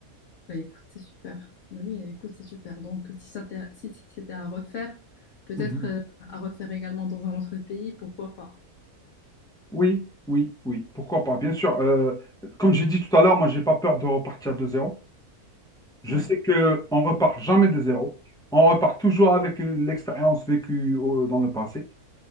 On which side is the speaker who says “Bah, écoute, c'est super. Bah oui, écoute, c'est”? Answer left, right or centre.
Left